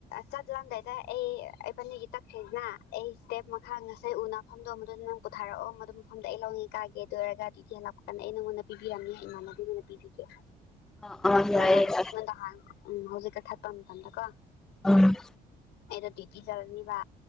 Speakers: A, on the left; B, in the centre.
A: ꯆꯠꯂꯝꯗꯥꯏꯗ ꯑꯩ ꯏꯕꯥꯅꯤꯒꯤ ꯆꯠꯈ꯭ꯔꯤꯁꯤꯅ ꯑꯩ ꯏꯁꯇꯦꯞ ꯃꯈꯥ ꯉꯁꯥꯏ ꯎꯅꯐꯝꯗꯣ ꯃꯗꯨꯗ ꯅꯪ ꯄꯨꯊꯥꯔꯛꯑꯣ ꯃꯗꯨ ꯃꯐꯝꯗ ꯑꯩ ꯂꯧꯒꯦ ꯀꯥꯒꯦ ꯑꯗꯨ ꯑꯣꯏꯔꯒꯗꯤ ꯍꯂꯛꯄ ꯀꯟ ꯑꯩ ꯅꯉꯣꯟꯗ ꯄꯤꯕꯤꯔꯝꯅꯤ ꯏꯃꯥꯟꯅꯕꯤ ꯄꯤꯕꯤꯗꯦ
B: <inaudible> ꯌꯥꯏꯌꯦ
A: ꯅꯃꯥꯟꯅꯕꯤ
B: ꯌꯥꯏ
A: ꯑꯩꯉꯣꯟꯗ ꯍꯥꯟꯅ ꯎꯝ ꯍꯧꯖꯤꯛ ꯀꯛꯊꯠꯄ ꯃꯇꯝꯗꯀꯣ
B: ꯎꯝ
A: ꯑꯩꯗꯣ ꯗ꯭ꯌꯨꯇꯤ ꯆꯠꯂꯅꯤꯕ